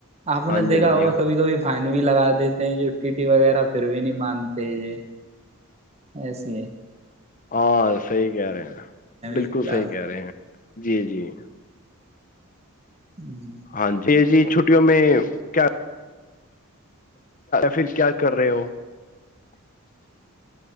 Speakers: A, on the right; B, on the left.
A: آپ
B: ہاں
A: نے دیکھا
B: جی ہاں جی
A: ہوا کبھی کبھی فن بھی لگا دیتے ہیں جو ٹی ٹی وغیرہ پھر بھی نہیں مانتے یہ ایس <inaudible>
B: اور صحیح کہہ رہے ہیں بالکل
A: فی الحال
B: صحیح کہہ رہے ہیں جی جی
A: ہوں <inaudible>
B: ہاں جی یہ جی چھٹیوں میں کیا <unintelligible> پھر کیا کر رہے ہو <unintelligible>